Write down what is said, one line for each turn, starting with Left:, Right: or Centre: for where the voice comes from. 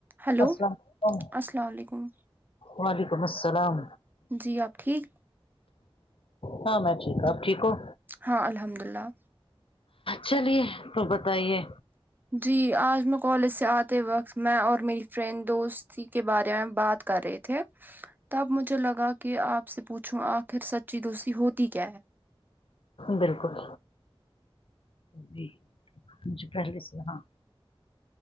Right: Hello
Left: السلام علیکم
Right: السلام علیکم
Left: وعلیکم السلام
Right: جی آپ ٹھیک
Left: ہاں میں ٹھیک ہوں اپ ٹھیک ہوں
Right: ہاں الحمد اللہ
Left: چلیے تو بتائیے
Right: جی آج میں کالج سے آتے وقت میں اور میری فرینڈ دوست تی کے بارے میں بات کر رہے تھے تب مجھے لگا کہ آپ سے پوچھوں آخر سچی دوستی ہوتی کیا ہے
Left: بالکل جی مجھے پہلے سے ہاں